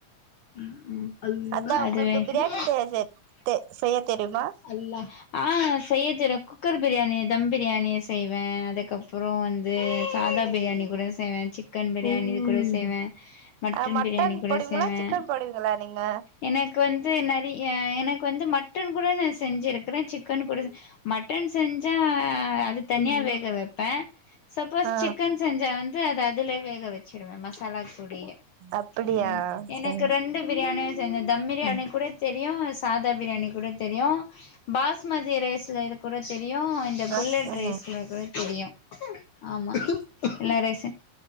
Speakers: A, on the left; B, on the right.
A: ம் உம் அல்லா
B: அதா
A: அது
B: உங்களுக்கு
A: வந்து
B: பிரியாணி செய்ய செ தெ செய்ய தெரியுமா
A: அல்லா ஆ செய்ய தெறியு குக்கர் பிரியாணி தம் பிரியாணிய செய்வே அது அதுக்கப்புறோ வந்து சாதா பிரியாணி கூட செய்வே செய்வ சிக்கன் பியாணி இதுகூட செய்வே
B: ஆ மட்டன்
A: பிரியாணி கூட
B: போடுவிங்களா
A: செய்வே
B: சிக்கன் போடுவீங்களா நீங்க
A: எனக்கு வந்து நெறய ஏ எனக்கு வந்து மட்டன் கூட நா செஞ்சிரு கற சிக்கன் கூட செ மட்டன் செஞ்ச அது தனியா வேக வெப்ப சப்போஸ்
B: ஆ
A: சிக்கன் செஞ்சா வந்து அது அதுல வேக வச் வச்சுருவே மசாலா கூடயே
B: அப்படியா
A: ம் எனக்
B: சரி
A: ரெண்டு பிரியாணி இந்த தம் பிரியாணி கூட தெரியு சாதா பிரியாணி கூட தெரியு பாஸ்மதி ரைஸ்ல கூட தெரி தெரியு இந்த புல்லட்
B: ஆ
A: ரைஸ்ல
B: ம்
A: கூட தெரியு ஆமா எல்ல ரேசன்